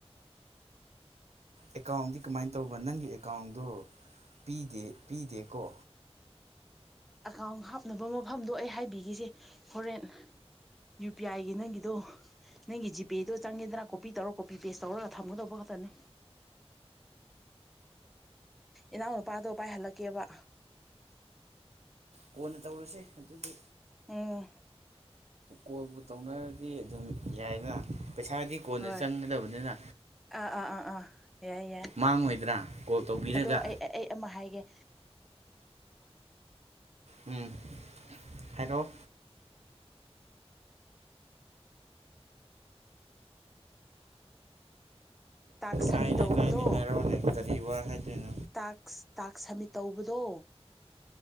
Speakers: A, on the right (about 80°); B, in the centre.
A: ꯑꯦꯀꯥꯎꯟꯗꯤ ꯀꯃꯥꯏꯅ ꯇꯧꯕ ꯅꯪꯒꯤ ꯑꯦꯀꯥꯎꯟꯗꯣ ꯄꯤꯗꯦ ꯄꯤꯗꯦꯀꯣ
B: ꯑꯦꯀꯥꯎꯟ ꯍꯥꯞꯅꯕ ꯃꯐꯝꯗꯣ ꯑꯩ ꯍꯥꯏꯕꯤꯒꯦꯁꯦ ꯍꯣꯔꯦꯟ ꯌꯨ ꯄꯤ ꯑꯥꯏꯒꯤ ꯅꯪꯒꯤꯗꯣ ꯅꯪꯒꯤ ꯖꯤꯄꯦꯗꯣ ꯆꯪꯉꯦꯗꯅ ꯀꯣꯄꯤ ꯇꯧꯔ ꯀꯣꯄꯤ ꯄꯦꯁ ꯇꯧꯔꯒ ꯊꯝꯒꯗꯧꯕ ꯈꯛꯇꯅꯤ ꯏꯅꯥꯎ ꯅꯨꯄꯥꯗꯣꯄꯥꯏ ꯍꯜꯂꯛꯀꯦꯕ
A: ꯀꯣꯟꯅ ꯇꯧꯔꯁꯦ ꯑꯗꯨꯗꯤ
B: ꯑꯣ
A: ꯀꯣꯜꯕꯨ ꯇꯧꯅꯔꯗꯤ ꯑꯗꯨꯝ꯫ ꯌꯥꯏꯗ꯫ ꯄꯩꯁꯥꯗꯤ ꯀꯣꯟꯅ
B: ꯍꯣꯏ
A: ꯆꯪꯒꯗꯕꯅꯤꯅ
B: ꯑꯥ ꯑꯥ ꯑꯥ ꯑꯥ ꯌꯥꯏ ꯌꯥꯏ
A: ꯃꯥꯡꯉꯣꯏꯗ꯭ꯔ ꯀꯣꯜ ꯇꯧꯕꯤꯔꯒ꯫
B: ꯑꯗꯣ ꯑꯩ ꯑꯩ ꯑꯃ ꯍꯥꯏꯒꯦ
A: ꯎꯝ ꯍꯥꯏꯔꯣ
B: ꯇꯥꯛꯁ ꯁꯝꯃꯤꯠ
A: ꯇꯥꯏꯅꯦ
B: ꯇꯧꯕꯗꯣ꯫
A: ꯇꯥꯏꯅꯦ ꯍꯥꯏꯔꯛꯑꯣꯅꯦ ꯀꯔꯤ ꯋꯥ ꯍꯥꯏꯗꯣꯏꯅꯣ꯫
B: ꯇꯥꯛꯁ ꯇꯥꯛꯁ ꯁꯥꯃꯤꯠ ꯇꯧꯕꯗꯣ꯫